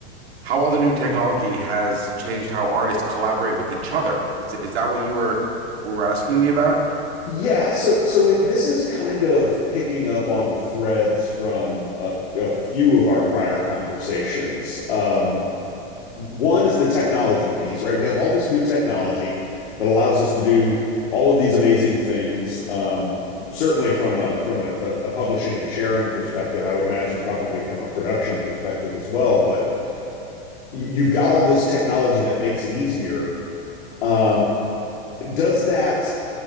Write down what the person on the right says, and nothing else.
how all the new technology has changed how artists collaborate with each other. Is is that what you were were asking me about?